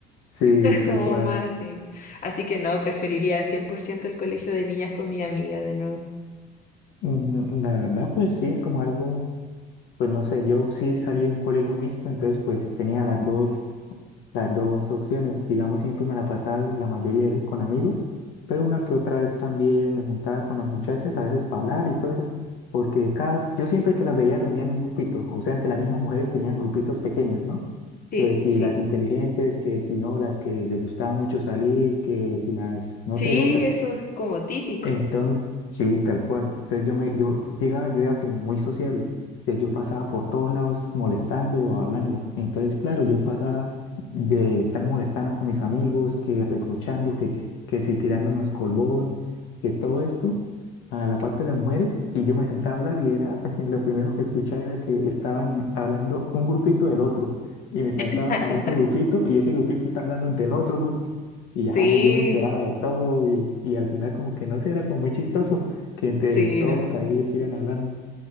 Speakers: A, on the left; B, on the left.
A: Sí, tal
B: como
A: cual.
B: más así. Así que no, preferiría 100% el colegio de niñas con mi amiga de nuevo.
A: Mm, La verdad, pues sí, es como algo, pues no sé, yo sí salí en colegio mixto, entonces pues tenía las dos, las dos opciones. Digamos, siempre me la pasaba la mayoría de veces con amigos, pero una que otra vez también me juntaba con las muchachas, a veces para hablar y todo eso, porque cada, yo siempre que las veía reunía en un grupito, o sea, entre las mismas mujeres tenían grupitos pequeños, ¿no?
B: Sí,
A: que si
B: sí.
A: las inteligentes, que si no, las que les gustaba mucho salir, que si las, no
B: Sí,
A: sé, otras.
B: eso es como típico.
A: Entonces, sí, tal cual. Entonces yo me, yo llegaba, yo era como muy sociable. Entonces yo pasaba por todos lados molestando o hablando. Entonces, claro, yo pasaba de estar molestando con mis amigos, que reprochando, que, tis- que si tirándonos colbón, que todo esto, a la parte de las mujeres, y yo me sentaba a hablar y era, <laughs> lo primero que escuchaba era que estaban di- hablando un grupito del otro, y me pasaba
B: <laughs>
A: al otro grupito, y ese grupito estaba hablando del otro grupo. Y
B: Sí.
A: ya yo me enteraba de todo y, y al final como que no sé, era como muy chistoso que entre
B: Sí,
A: todos
B: no.
A: ahí estuvieran hablando.